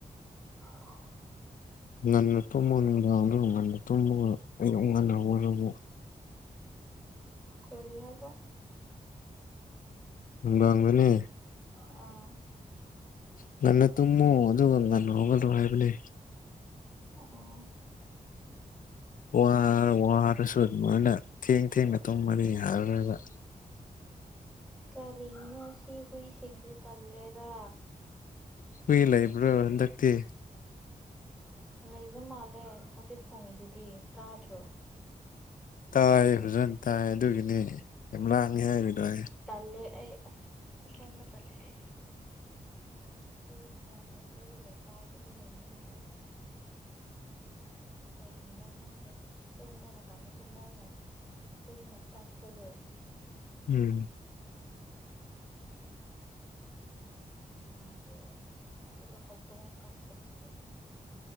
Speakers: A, in the centre; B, on the left.
A: ꯑ
B: ꯉꯟꯅ ꯇꯨꯝꯃꯨ ꯅꯨꯡꯗꯥꯡꯗ ꯉꯟꯅ ꯇꯨꯝꯃꯒ ꯑꯌꯨꯛ ꯉꯟꯅ ꯑꯣꯏꯔꯕꯨ
A: ꯇꯔꯤ ꯍꯥꯏꯕ
B: ꯅꯨꯡꯗꯥꯡꯗꯅꯦ
A: ꯑꯥ
B: ꯉꯟꯅ ꯇꯨꯝꯃꯣ ꯑꯗꯨꯒ ꯉꯟꯅ ꯍꯧꯒꯂ꯭ꯔꯣ ꯍꯥꯏꯕꯅꯦ
A: ꯑ
B: ꯋꯥꯔ ꯋꯥꯔꯁꯨ ꯃꯣꯏꯅ ꯊꯦꯡ ꯊꯦꯡꯅ ꯇꯨꯝ ꯃꯔꯤ ꯍꯥꯏꯔꯣꯏꯕ
A: ꯀꯔꯤꯅꯣ ꯑꯁꯤ ꯍꯨꯏꯁꯤꯡꯁꯦ ꯇꯂꯦꯗ
B: ꯍꯨ ꯏꯂ ꯏꯕ꯭ꯔꯣ ꯍꯟꯗꯇ
A: ꯂꯩꯕ ꯃꯥꯜꯂꯦ ꯍꯧꯖꯤꯛ ꯈꯣꯡꯉꯤꯗꯨꯗꯤ ꯇꯥꯗ꯭ꯔꯣ
B: ꯇꯥꯏ ꯐꯖꯅ ꯇꯥꯏ ꯑꯗꯨꯒꯤꯅꯤ ꯌꯥꯝ ꯂꯥꯡꯉꯤ ꯍꯥꯏꯕꯗꯣ ꯑꯩ
A: ꯇꯜꯂꯦ ꯑꯩ ꯑꯍꯣꯡꯕ ꯇꯜꯂꯦ ꯑꯩ ꯑꯩꯈꯣꯏꯒꯤ ꯈꯣꯡꯒꯟꯕꯒꯤ ꯂꯩꯀꯥꯏꯗꯨꯗꯤ ꯂꯩꯅꯤꯡꯗꯦ ꯑꯩ ꯀꯔꯤꯅꯣ ꯈꯪꯗꯦ ꯇꯨꯝꯕ ꯃꯇꯝꯗꯁꯨ ꯃꯣꯏꯅ ꯍꯨꯏꯅ ꯀꯛꯄꯗꯣ
B: ꯎꯝ
A: ꯃꯍꯤꯅꯥꯗꯤ ꯑꯩ ꯑꯗꯨꯒ ꯍꯧꯗꯣꯡ ꯀꯛꯄꯗꯨꯁꯨ